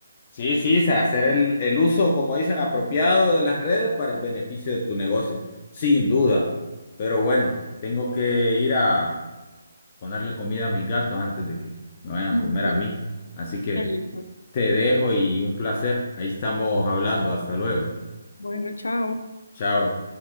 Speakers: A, on the left; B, on the left.
A: Sí, sí, o sea, hacer el, el uso, como dicen, apropiado de las redes para el beneficio de tu negocio, sin duda. Pero bueno, tengo que ir a ponerle comida a mis gatos antes de que me vayan a
B: Mm,
A: comer
B: Bueno,
A: a mí. Así que
B: listo.
A: te dejo y un placer. Ahí estamos hablando. Hasta luego.
B: Bueno, chao.
A: Chao.